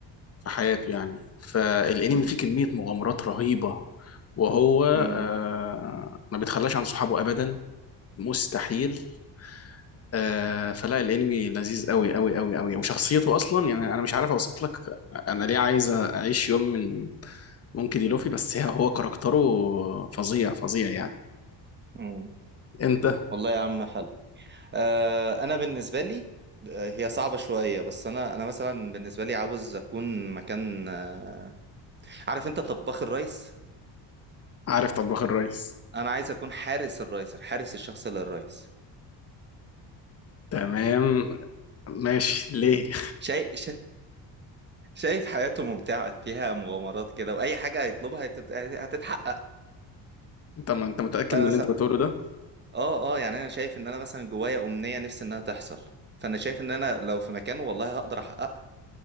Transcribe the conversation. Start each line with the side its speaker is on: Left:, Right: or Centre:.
Left: في حياته يعني فالانمي فيه كمية مغامرات رهيبة وهو
Right: مم،
Left: آه، ما بيتخلاش عن صحابه ابدا مستحيل آه، فلا الانمي لذيذ قوي قوي قوي قوي وشخصيته اصلا يعني انا مش عارف اوصف لك انا ليه عايز اعيش يوم من ممكن دي لوفي بس هي- هو كاركتره فظيع فظيع يعني
Right: مم.
Left: انت
Right: والله يا عم حلو آه انا بالنسبه لي آه، هي صعبه شويه بس انا انا مثلا بالنسبه لي عاوز اكون مكان آه عارف انت طباخ الريس
Left: عارف طباخ الريس
Right: انا عايز اكون حارس الريس الحارس الشخصي للريس
Left: تمام ماشي ليه
Right: شايف شايف حياته ممتعه فيها مغامرات كده واي حاجه هيطلبها هتت- هتتحقق
Left: <laughs> انت ما انت متأكد
Right: فانا
Left: من اللي
Right: مثلا
Left: انت بتقوله ده
Right: اه اه يعني انا شايف ان انا مثلا جوايا امنيه نفسي انها تحصل فانا شايف ان انا لو في مكانه والله هقدر احققها